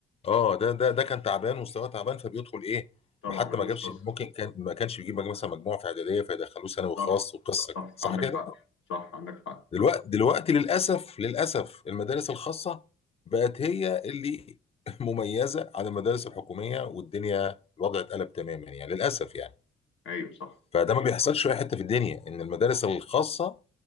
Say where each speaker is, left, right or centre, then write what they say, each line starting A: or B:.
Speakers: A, on the left; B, on the left.
A: اه ده ده ده كان تعبان مستواه تعبان فبيدخل ايه؟
B: طبعا
A: ما حتى
B: مدارس
A: ما جابش
B: خاصة
A: ممكن كان ما كانش بيجيب مجموع- مثلا مجموعة في إعدادية فيدخلوه ثانوي
B: صح
A: خاص وقصة
B: صح
A: كده صح
B: عندك
A: كده؟
B: حق صح عندك حق
A: دلوقتي دلوقتي للأسف للأسف المدارس الخاصة بقت هي اللي <laughs> مميزة عن المدارس الحكومية والدنيا الوضع اتقلب تماما يعني للأسف يعني
B: أيوه صح
A: فده ما بيحصلش في اي حته في الدنيا ان المدارس الخاصه